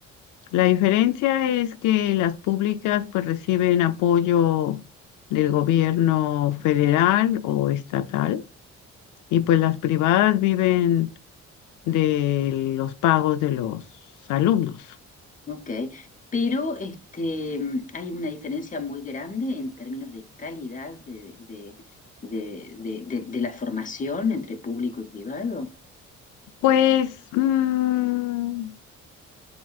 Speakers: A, on the left; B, on the left.
A: La diferencia es que las públicas pues reciben apoyo del gobierno federal o estatal y pues las privadas viven de los pagos de los alumnos.
B: Ok, pero este, hay una diferencia muy grande en términos de calidad de, de- de- de- de- de la formación entre público y privado.
A: Pues mm,